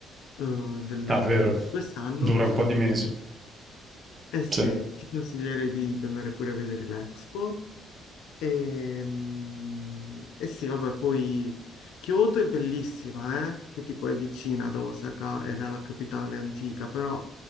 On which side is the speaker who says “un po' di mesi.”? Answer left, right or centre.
Right